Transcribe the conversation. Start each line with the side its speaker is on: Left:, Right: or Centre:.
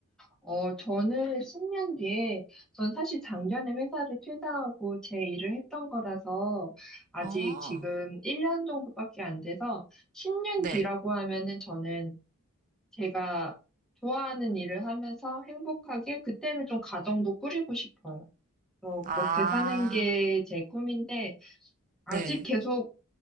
Centre: 어, 저는 10년 뒤에, 전 사실 작년에 회사를 퇴사하고 제 일을 했던 거라서, 아직
Right: 어,
Centre: 지금 1년 정도밖에 안 돼서, 10년
Right: 네.
Centre: 뒤라고 하면은 저는 제가 좋아하는 일을 하면서 행복하게, 그때는 좀 가정도 꾸리고 싶어요. 어, 그렇게
Right: 아,
Centre: 사는 게 제 꿈인데, 아직
Right: 네,
Centre: 계속